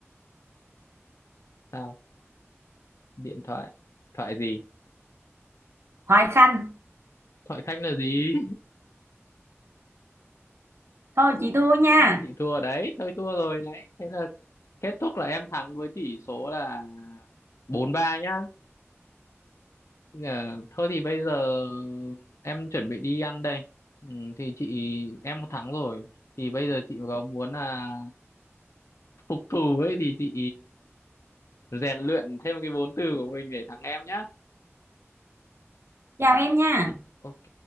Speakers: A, on the left; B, on the right.
A: sao điện thoại thoại gì
B: thoại khanh
A: thoại khanh là gì
B: thôi chị thua nha
A: <laughs> chị thua đấy thôi thua rồi đấy thế là kết thúc là em thắng với tỷ số là bốn ba nhá Dạ, thôi thì bây giờ em chuẩn bị đi ăn đây. Ừ, thì chị em một tháng rồi. Thì bây giờ chị có muốn là phục thù ấy thì chị rèn luyện thêm cái vốn từ của mình để thắng em nhá.
B: chào
A: Ừ,
B: em nha
A: ok.